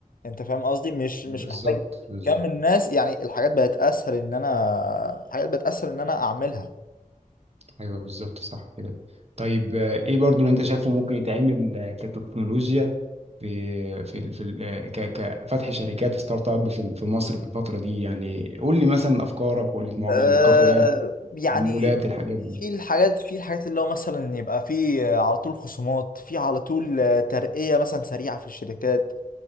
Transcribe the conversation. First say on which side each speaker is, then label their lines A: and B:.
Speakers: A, on the left; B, on the right.
A: انت فاهم قصدي مش مش
B: بالظبط
A: محتاج
B: بالظبط
A: كم الناس يعني الحاجات بقت اسهل ان انا الحاجات بقت اسهل ان انا اعملها
B: ايوه بالظبط صح كده طيب آه، ايه برضو اللي انت شايفه ممكن يتعمل آه، كتكنولوجيا في في ال- في ال- آه، ك- كفتح شركات ستارت اب في في مصر في الفتره دي يعني قول لي مثلا افكارك قول لي معجب
A: آه
B: الكافيهات
A: يعني
B: المولات الحاجات
A: في
B: دي
A: الحاجات في الحاجات اللي هو مثلا يبقى في على طول خصومات في على طول آه، ترقية مثلا سريعة في الشركات